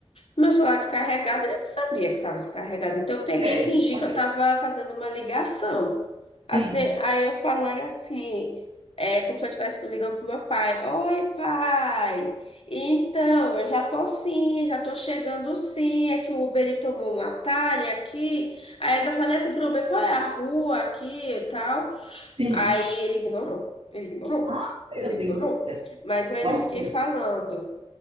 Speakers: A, on the left; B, on the right.
A: Meu celular descarregado, ele não sabia que estava descarregado. Então eu peguei
B: É,
A: e fingi
B: não sabia.
A: que eu estava fazendo uma ligação.
B: sim,
A: Assim, aí eu falei assim, é, como se eu estivesse ligando pro meu pai. Oi, pai. Então, eu já tô sim, já tô chegando sim. É que o Uber ele tomou um atalho aqui. Aí ainda falei assim pro Uber, qual é a rua aqui e tal.
B: sim.
A: Aí ele ignorou. Ele ignorou.
B: Ah, meu
A: O Uber
B: Deus
A: ignorou.
B: do céu.
A: Mas eu ainda
B: Pronto,
A: fiquei falando.